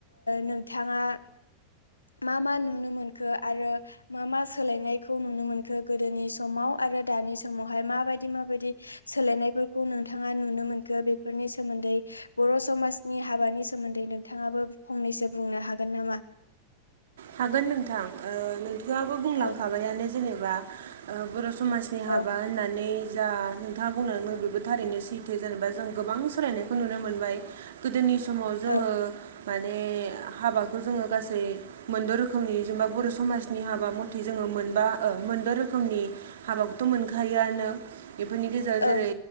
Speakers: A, on the left; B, on the right.
A: नोंथाङा। मा मा नुनो मोनखो आरो। मा मा सोलायनायखौ नुनो मोनखो गोदोनि समाव आरो दानि समावहाय माबायदि माबायदि। सोलायनायफोरखौ नोंथाङा नुनो मोनखो बेफोरनि सोमोन्दै। बर' समाजनि हाबानि सोमोन्दै नोंथाङाबो फंनैसो बुंनो हागोन नामा।
B: हागोन नोंथां नोंथाङआाबो बुंलांखाबायानो
A: औ
B: जेनेबा बर' समाज।
A: औ
B: हाबा होननानै जा। खोथा बुंनानैङो बेबो थारैनो सैथो जेनेबा जों गोबां सोलायनायखौ नुनो मोनबाय। गोदोनि समाव जोङो
A: औ
B: माने हाबाखौ जोङो गासै। मोनद' रोखोमनि जेनेबा बर' समाजनि हाबा मथे जोङो मोनबा मोनद' रोखोमनि। हाबाखौथ' मोनखायोआनो बेफोरनि गेजेराव
A: औ
B: जेरै